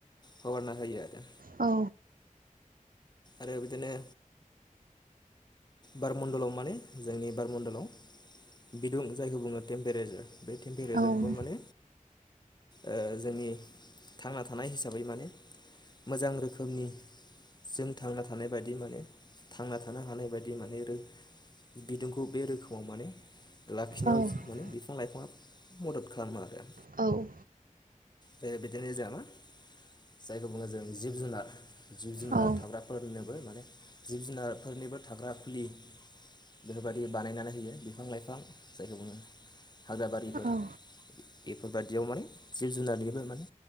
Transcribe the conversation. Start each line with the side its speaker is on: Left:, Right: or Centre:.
Left: हगारना होयो आरो
Right: औ
Left: आरो बिदिनो बारमण्डलाव माने जोंनि बारमण्डलाव बिदुं जायखौ बुङो टेमपेरे बे टेमपेरेजारखौ
Right: औ
Left: माने ओ जोंनि थांना थानाय हिसाबै माने मोजां रोखोमनि जों थांना थानाय बायदि माने थांना थानो हानाय बायदि दि माने रो बिदुंखौ बे रोखोमाव माने लाखिनायाव
Right: औ
Left: जे माने बिफां लाइफाङा मदद खालामो आरो
Right: औ
Left: बे बिदिनो जोहा मा जायखौ बुङो जों जिब जुनार जिब जुनार
Right: औ
Left: थाग्राफोरनोबो माने जिब जुनारफोरनिबो थाग्रा खुलि बेफोरबायदि बानायनानै होयो बिफां लाइफां जायखौ बुङो हाग्रा बारिफोर
Right: औ
Left: बेफोरबादियाव माने जिब- जुनारनिबो माने